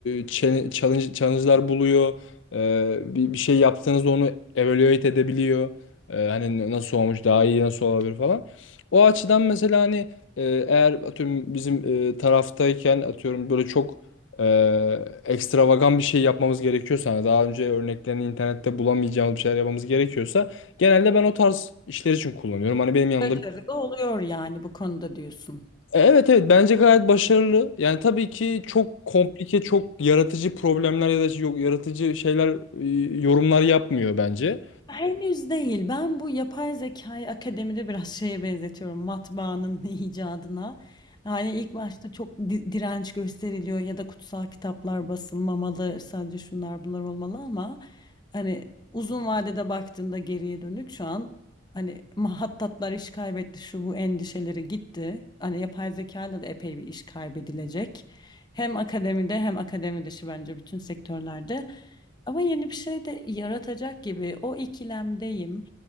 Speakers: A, on the left (about 80°); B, on the left (about 20°).
A: challenge- challenge'lar buluyor. E, bir, bir şey yaptığınızda onu evaluate edebiliyor. Ee, hani nasıl olmuş daha iyi nasıl olabilir falan. O açıdan mesela hani e, eğer atıyorum bizim e, taraftayken atıyorum böyle çok e, ekstravagan bir şey yapmamız gerekiyorsa hani daha önce örneklerini internette bulamayacağımız bir şeyler yapmamız gerekiyorsa genelde ben o tarz işler için kullanıyorum. Hani benim yanımda
B: Başarılı oluyor yani bu konuda diyorsun.
A: E, Evet evet bence gayet başarılı. Yani tabii ki çok komplike, çok yaratıcı problemler ya da yok yaratıcı şeyler, e, yorumlar yapmıyor bence.
B: Henüz değil. Ben bu yapay zekayı akademide biraz şeye benzetiyorum. Matbaanın <laughs> icadına. Hani ilk başta çok di- direnç gösteriliyor ya da kutsal kitaplar basılmamalı, sadece şunlar bunlar olmalı ama hani uzun vadede baktığında geriye dönük şu an hani mahattatlar iş kaybetti, şu bu endişeleri gitti. Hani yapay zekayla da epey bir iş kaybedilecek. Hem akademide hem akademi dışı bence bütün sektörlerde. Ama yeni bir şey de yaratacak gibi o ikilemdeyim.